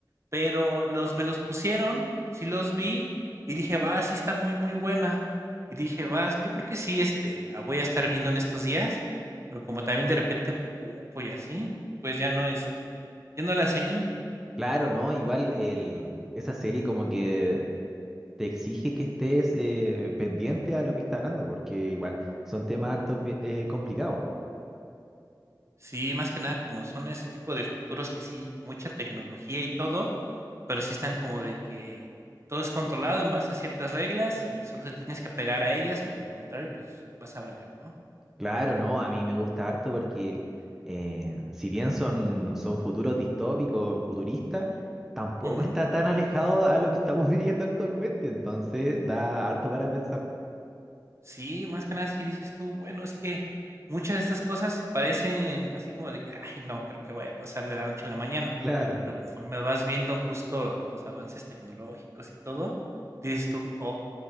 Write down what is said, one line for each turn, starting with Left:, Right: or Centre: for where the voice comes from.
Right: Pero los me los pusieron, sí los vi y dije, va, sí está muy, muy buena. Y dije, vas, yo creo que sí, este, la voy a estar viendo en estos días, pero como también de repente me ocupo y así, pues ya no, este, ya no la seguí.
Centre: Claro, no, igual el, esa serie como que te exige que estés eh, pendiente a lo que está hablando, porque igual son temas hartos bien- eh, complicados.
Right: Sí, más que nada como son ese tipo de futuros que sí, mucha tecnología y todo, pero sí están como de que todo es controlado en base a ciertas reglas y solo te tienes que apegar a ellas o de lo contrario, pues vas a valer, ¿no?
Centre: Claro, no, a mí me gusta harto porque eh, si bien son, son futuros distópicos, futuristas, tampoco
Right: Ujú.
Centre: está tan alejado a lo que estamos <laughs> viviendo actualmente, entonces da harto para pensar.
Right: Sí, más que nada si dices tú, bueno, es que muchas de estas cosas parecen así como de que, ay, no creo que vaya a pasar de la noche a la mañana,
Centre: Claro.
Right: pero conforme vas viendo justo los avances tecnológicos y todo, dices tú, oh,